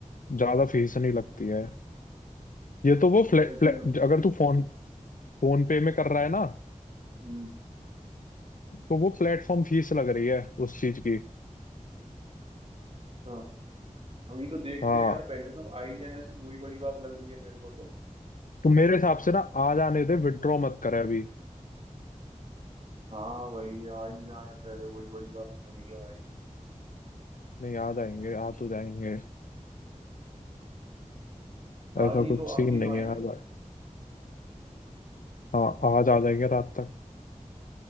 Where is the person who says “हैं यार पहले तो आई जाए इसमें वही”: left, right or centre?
Right